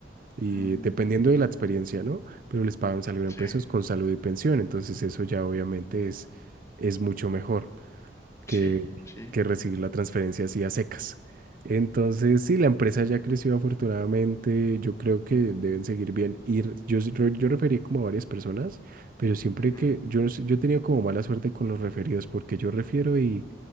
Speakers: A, on the right; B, on the left.
A: y
B: Mm,
A: dependiendo de la experiencia, ¿no? Pero les pagan un salario
B: sí,
A: en pesos con salud y pensión, entonces eso ya obviamente es, es mucho mejor
B: sí,
A: que,
B: sí.
A: que recibir la transferencia así a secas. Entonces, sí, la empresa ya creció afortunadamente, yo creo que deben seguir bien. Y re- yo, s- re- yo referí como a varias personas, pero siempre
B: ujú.
A: que yo, no sé, yo he tenido como mala suerte con los referidos, porque yo refiero y,